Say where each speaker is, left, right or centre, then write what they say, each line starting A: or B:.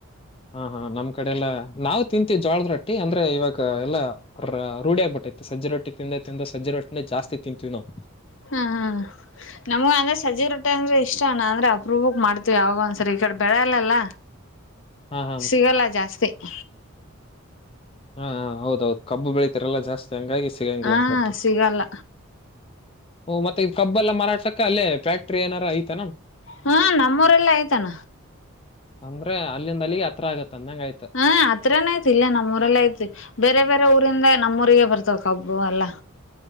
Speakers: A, on the left; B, on the left.
A: ಹಾ ಹಾ ನಮ್ ಕಡೆ ಎಲ್ಲ ನಾವ್ ತಿಂತೀವಿ ಜೋಳದ ರೊಟ್ಟಿ ಅಂದ್ರೆ ಇವಾಗ ಎಲ್ಲಾ ರೂಢಿ ಆಗ್ಬಿಟ್ಟಿ ಆಯತ ಸಜಿರೊಟ್ಟಿ ತಿಿಂದ ತಿಿಂದ ಸಜಿ ರೊಟ್ಟಿನೇ ಜಾಸ್ತಿ ತಿಂತೀವಿ ನಾವು
B: ಹ್ಮ್ ಹ್ಮ್ ನಮಗ ಅಂದ್ರೆ ಸಜ್ಜ ರೊಟ್ಟೆ ಅಂದ್ರೆ ಇಷ್ಟಣ್ಣ ಅಂದ್ರೆ ಅಪ್ರೂಪ ಮಾಡ್ತವಿ ಇ ಯಾವಾಗ ಒಂದ್ಸರಿ ಈ ಕಡೆ ಬೆಳೆಲ್ಲಲ್ಲ
A: ಹಾ ಹಾ
B: ಸಿಗಲ್ಲ ಜಾಸ್ತಿ <inaudible>
A: ಹಾ ಹೌದೌದು ಕಬ್ಬ ಬೆಳೀಿತರಲ್ಲ ಜಾಸ್ತಿ ಹಂಗಾಗಿ ಸಿಗಂಗಿಲ್ಲ
B: ಹಾ
A: ಅಕ
B: ಸಿಗಲ್ಲ
A: ಓ ಮತ್ತೆ ಕಬ್ಬ ಎಲ್ಲ ಮಾರಾಡ್ಸಕ ಅೇ ಫ್ಯಾಕ್ಟ್ರ ಏನಾರ ಐತಾನ
B: ಹಾ ನಮ್ಮೂರೆಲ್ಲ ಆಯ್ತಾನ
A: ಅಂದ್ರೆ ಅಲ್ಲಿಂದ ಅಲ್ಲಿಗೆ ಹತ್ರ ಆಗತ್ತ ಅಂದಂಗ ಆಯ್ತ
B: ಹ ಆತ್ರಾನ ಆಯ್ತಿ ಇಲ್ಲ ನಮ್ಮೂರಲ್ಲ ಐ್ತಿ ಬೇರೆ ಬೇರೆ ಊರಿಂದ ನಮ್ಮೂರಿಗೆ ಬರ್ತವ ಕಬ್ಬು ಅಲ್ಲಾ